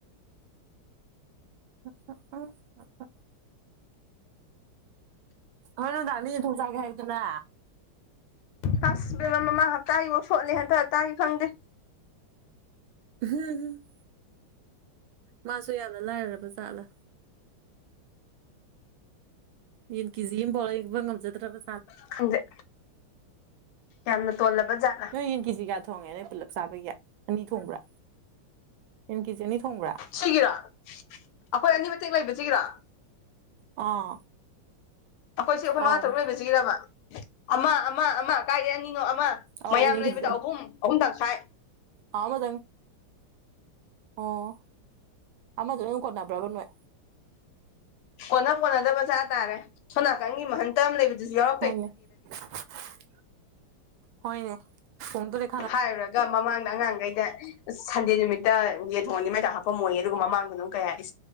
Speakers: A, on the right; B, on the left.
A: <unintelligible> ꯍꯣꯔꯦꯟ ꯅꯨꯡꯗꯥꯡꯗꯤ ꯌꯦꯟ ꯊꯣꯡ ꯆꯥꯒꯦ ꯍꯥꯏꯌꯨꯗꯅ
B: ꯐꯥꯁ ꯕꯦꯝꯃ ꯃꯃꯥꯡ ꯍꯞꯇꯥꯒꯤꯐꯧ ꯁꯣꯠꯂꯤ ꯍꯟꯗꯛ ꯍꯞꯇꯥꯒꯤ ꯈꯪꯗꯦ
A: <unintelligible> ꯃꯥꯁꯨ ꯌꯥꯝꯅ ꯂꯥꯏꯔꯔꯕ ꯖꯥꯠꯂꯥ ꯌꯦꯟ ꯀꯤꯖꯤ ꯑꯝꯕꯧ ꯂꯩꯕ ꯉꯝꯖꯗ꯭ꯔꯕ
B: ꯈꯪꯗꯦ ꯌꯥꯝꯅ ꯇꯣꯜꯂꯕ ꯖꯥꯠꯂ
A: ꯅꯣꯏ ꯌꯦꯟ ꯀꯦꯖꯤ ꯃꯌꯥ ꯊꯣꯡꯉꯦ ꯅꯣꯏ ꯄꯨꯂꯞ ꯆꯥꯕꯒꯤ ꯑꯅꯤ ꯊꯣꯡꯕ꯭ꯔꯥ ꯑꯦꯟ ꯀꯦꯖꯤ ꯑꯅꯤ ꯊꯣꯡꯕ꯭ꯔꯥ
B: ꯁꯤꯒꯤꯔꯥ ꯑꯈꯣꯏ ꯑꯅꯤ ꯃꯇꯦꯛ ꯂꯩꯕꯁꯤꯒꯤꯔꯣ
A: ꯑꯥ
B: ꯑꯩꯈꯣꯏꯁꯤ ꯑꯩꯈ‌ꯣꯏ
A: ꯑꯧ
B: ꯃꯉꯥ ꯇꯔꯨꯛ ꯂꯩꯕꯁꯤꯒꯤꯔꯕ ꯑꯃ ꯑꯃ ꯑꯃ ꯀꯥꯏꯗꯩ ꯑꯅꯤꯅꯣ ꯑꯃ
A: ꯑꯧ
B: ꯃꯌꯥꯝ
A: ꯏꯅ ꯈꯤꯖꯤ
B: ꯂꯩꯕꯗ ꯑꯍꯨꯝ ꯑꯍꯨꯝ ꯇꯪꯈꯥꯏ
A: ꯑ ꯑꯃꯗꯪ ꯑꯣ ꯑꯃꯗꯨꯅ ꯑꯗꯨꯝ ꯀꯣꯟꯅꯕ꯭ꯔꯕ ꯅꯣꯏ
B: ꯀꯣꯟꯅ ꯀꯣꯟꯅꯗꯕ ꯆꯥ ꯇꯥꯔꯦ ꯁꯣꯝ ꯅꯥꯀꯟꯒꯤ ꯃꯍꯩ ꯇꯝ ꯂꯩꯕꯗꯨꯁꯨ ꯌꯥꯎ
A: ꯍꯣꯏꯅꯦ <unintelligible> ꯍꯣꯏꯅꯦ ꯊ‌ꯣꯡꯗ‌ꯣꯔ‌ꯦ
B: ꯍꯥꯏꯔꯨꯔꯒ ꯃꯃꯥꯡꯗ ꯑꯉꯥꯡꯒꯩꯗ ꯑꯁ ꯁꯟꯗꯦ ꯅꯨꯃꯤꯠꯇ ꯌꯦꯟ ꯊ‌ꯣꯡꯍꯟꯅꯤ ꯃꯥꯏ ꯆꯥꯛ ꯍꯥꯞꯄꯝꯃ‌ꯣꯏꯌꯦ ꯑꯗꯨꯒ ꯃꯃꯥꯡꯗꯅ ꯑꯃꯨꯛ ꯀꯩ ꯍꯥꯏ